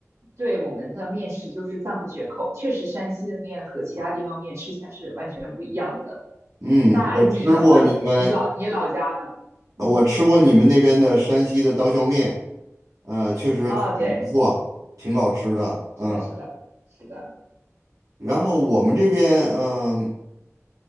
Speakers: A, on the right; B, on the right.
A: 对我们的面食就是赞不绝口。确实，山西的面和其他地方面吃起来是完全不一样的。
B: 嗯，
A: 那你的话，
B: 我吃过你们，
A: 你老你老家呢？
B: 呃我吃过你们那边的山西的刀削面，
A: 嗯，
B: 呃，确实口感不错，
A: 哦，对。
B: 挺好吃的。嗯，
A: 是的，是的，是的，
B: 然后我们这边，嗯、